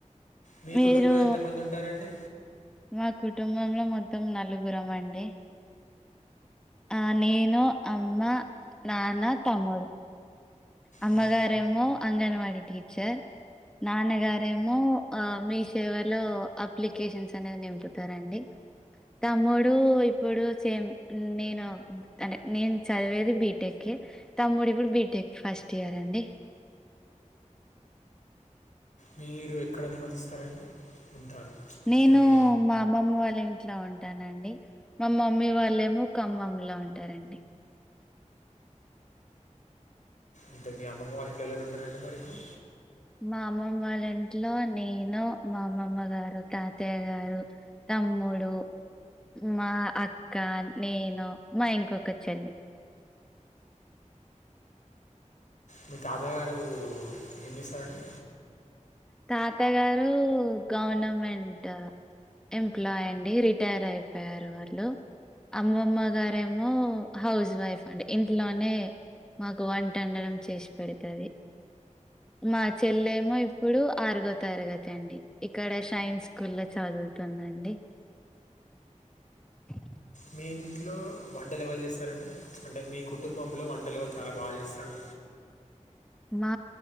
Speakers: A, on the left (about 70°); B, in the centre.
A: మీ
B: మీరు
A: కుటుంబంలో ఎంతమంది ఉంటారండి
B: మా కుటుంబంలో మొత్తం నలుగురం అండి ఆ నేను అమ్మ నాన్న తమ్ముడు అమ్మగారేమో
A: ఆ,
B: అంగన్వాడీ టీచర్ నాన్నగారేమో ఆ మీ సేవలో అప్లికేషన్స్ అనేది నింపుతారండి తమ్ముడు ఇప్పుడు సేమ్ నేను తనే నేను చదివేది బీటెక్కె తమ్ముడు ఇపుడు బీటెక్ ఫస్ట్ ఇయర్ అండి
A: మీరు ఎక్కడ నివసిస్తారండి ఉంటారు
B: నేను
A: అంటే మీ
B: మా అమ్మమ్మ వాళ్ళ ఇంట్లో ఉంటానండి మామమ్మీ వాళ్ళు ఏమో ఖమ్మంలో ఉంటారండి
A: అంటే మీ అమ్మమ్మ వాళ్ళ ఇంట్లో ఎవలెవరు ఉంటారండి మరి ఇప్పుడు
B: మా అమ్మమ్మ వాళ్ళ ఇంట్లో నేను మా అమ్మమ్మ గారు తాతయ్య గారు తమ్ముడు మా అక్క నేను మా ఇంకొక చెల్లి
A: మీ తాతగారు ఏం చేస్తారండి
B: తాత గారు గవర్నమెంట్ ఎంప్లాయ్ అండి రిటైర్ అయిపోయారు వాళ్ళు అమ్మమ్మ గారేమో హౌస్ వైఫ్ అండి ఇంట్లోనే మాకు వంట వండడం చేసి పెడతది మా చెల్లెమో ఇప్పుడు ఆరుగో తరగతి అండి ఇక్కడ షైన్ స్కూల్ లో చదువుతుందండి ఆ
A: మీ ఇంట్లో వంట లెవలు జేస్తారండి అంటే మీ కుటుంబంలో వంట లెవలు చాలా బాగా చేస్తారు
B: మా